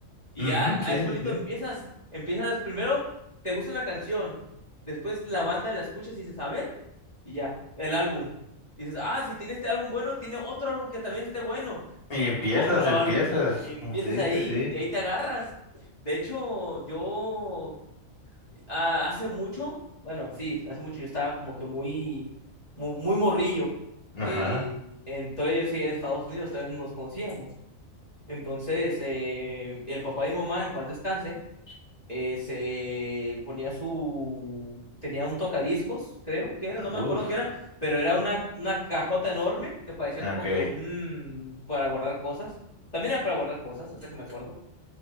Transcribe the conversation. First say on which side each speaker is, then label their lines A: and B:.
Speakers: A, on the left; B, on the left.
A: y
B: Ujú,
A: ya
B: sí,
A: ahí solito
B: sí, sí.
A: empiezas, empiezas primero, te gusta una canción, después la banda la escuchas y dices, a ver, y ya, el álbum. Dices, ah, si tiene este álbum bueno, tiene otro álbum que también esté bueno
B: Y empiezas,
A: otro
B: empiezas.
A: álbum. Y empiezas
B: Oh, Sí,
A: ahí,
B: sí, sí.
A: de ahí te agarras. De hecho, yo ah, hace mucho, bueno, sí, hace mucho yo estaba como que muy, mu- muy, morrillo. Eh,
B: Ajá.
A: en- todavía yo seguía en Estados Unidos, todavía no nos conocíamos. Entonces, eh, el papá de mi mamá, en paz descanse, eh, se ponía su, tenía un tocadiscos, creo que era,
B: Ah,
A: no me
B: Uf.
A: acuerdo qué era, pero era una, una cajota enorme que parecía
B: Ok.
A: como que un, para guardar cosas, también era para guardar cosas, hasta que me acuerdo,